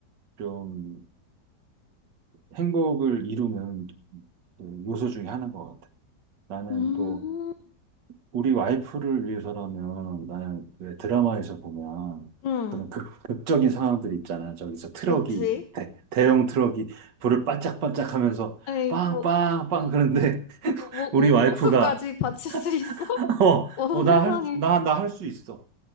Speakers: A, on the right; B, on the left.
A: 좀그 행복을 이루는 그 요소 중에 하나인 것 같아. 나는
B: 음,
A: 또 우리 와이프를 위해서라면 나는 왜 드라마에서 보면
B: 응,
A: 그런 극, 극적인 상황들 있잖아. 저기서 트럭이
B: 그치.
A: 대, 대형 트럭이 불을 반짝반짝 하면서
B: 아이고,
A: 빵빵빵 그런데 <laughs>
B: 목,
A: 우리
B: 목,
A: 와이프가
B: 목숨까지 바칠 수 있어?
A: <laughs>
B: <laughs>
A: 어,
B: 어,
A: 어, 나
B: 세상에.
A: 할, 나, 나 할 수 있어.